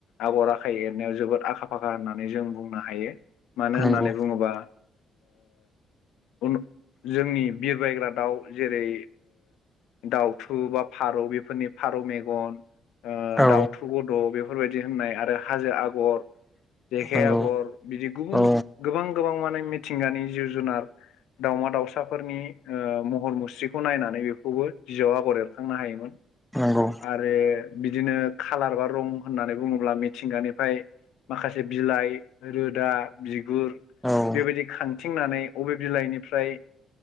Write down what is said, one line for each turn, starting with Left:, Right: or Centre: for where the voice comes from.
Left: आगर आखाइ एरनायाव जोबोद आखा फाखा होननानै जों बुंनो हायो मानो
Centre: नंगौ
Left: होननानै बुङोबा ओ जोंनि बिर बायग्रा दाउ जेरै दाउथु बा फारौ बेफोरनि फारौ मेगन
Centre: औ
Left: दाउथु गद' बेफोरबायदि होननाय आरो हाजो आगर जेखाइ
Centre: नंगौ
Left: आगर बिदि गुबुन
Centre: औ
Left: गोबां गोबां माने मिथिंगानि जिब -जुनार दाउमा दाउसाफोरनि महर मुस्रिखौ नायनानै बेखौबो बिजआव आगर एरखांनो हायोमोन।
Centre: नंगौ
Left: आरो बिदिनो खाालार बा रं होननानै बुङोब्ला मिथिंगानिफ्राय माखासे बिलाइ रोदा बिगुर
Centre: औ
Left: बेबायदि खांथिंनानै बबे बिलाइनिफ्राय